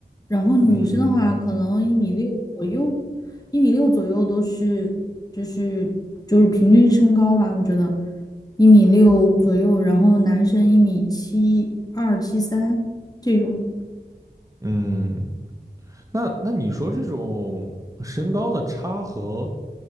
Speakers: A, on the left; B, on the right.
A: 然后女生的话，
B: 嗯
A: 可能一米六左右，一米六左右都是，就是就是平均身高吧，我觉得一米六左右，然后男生一米七二、七三这种
B: 嗯，那那你说这种身高的差和